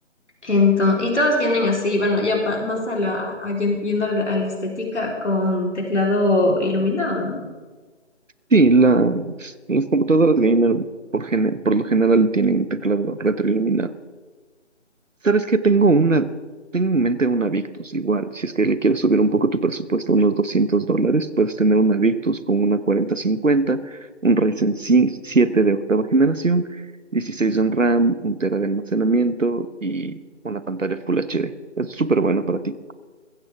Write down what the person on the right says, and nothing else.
Sí, las, las computadoras gamer por, gene- por lo general tienen teclado retroiluminado. ¿Sabes qué? Tengo una, tengo en mente una Victus igual. Si es que le quieres subir un poco tu presupuesto a unos 200 dólares, puedes tener una Victus con una cuarenta cincuenta, un Ryzen 5 7 de octava generación, 16 en RAM, un tera de almacenamiento y una pantalla Full HD. Es súper buena para ti.